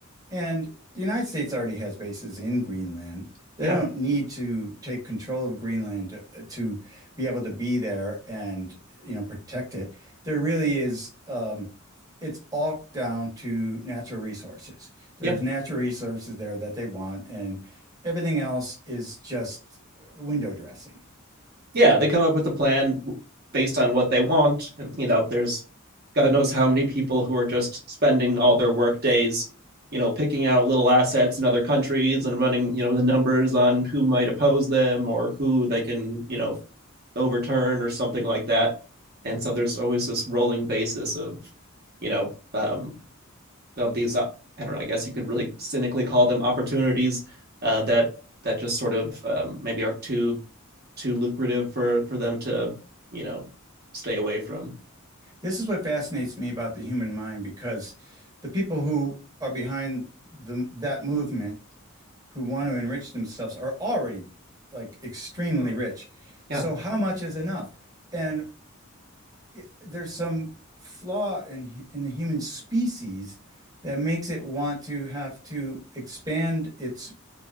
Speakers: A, on the right; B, on the right.
A: And the United States already has bases in Greenland. They
B: <laughs>
A: don't
B: yeah
A: need to take control of Greenland to, to be able to be there and, you know, protect it. There really is, um, it's all down to natural resources. There's
B: yeah
A: natural resources there that they want, and everything else is just window dressing.
B: yeah they come up with a plan based on what they want and you know there's god knows how many people who are just spending all their work days you know picking out little assets in other countries and running you know the numbers on who might oppose them or who they can you know overturn or something like that. And so there's always this rolling basis of, you know, um, of these, uh, I don't know, I guess you could really cynically call them opportunities uh, that that just sort of um, maybe are too too lucrative for for them to, you know, stay away from.
A: This is what fascinates me about the human mind because the people who are behind the, that movement who want to enrich themselves are already like extremely rich. So
B: Yeah,
A: how much is enough? And i- there's some flaw in in the human species that makes it want to have to expand its